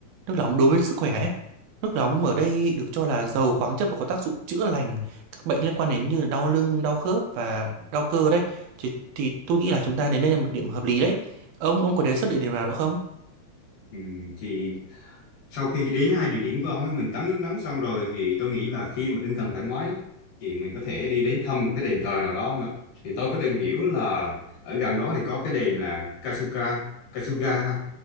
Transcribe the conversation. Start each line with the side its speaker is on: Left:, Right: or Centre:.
Right: nước nóng đối với sức khỏe ấy. nước nóng ở đây được cho là giàu khoáng chất và có tác dụng chữa lành các bệnh liên quan đến như là đau lưng đau khớp và đau cơ đấy thì, thì tôi nghĩ là chúng ta đến đây là một điểm hợp lý đấy ông ông có đề xuất địa điểm nào nữa không
Left: Ừ, thì sau khi đến hai địa điểm của ông ấy mình tắm nước nóng xong rồi thì tôi nghĩ là khi mà tinh thần thoải mái thì mình có thể đi đến thăm một cái đền thờ nào đó không ạ? Thì tôi có tìm hiểu là ở gần đó thì có cái đền là Kasuga, Kasuga ha.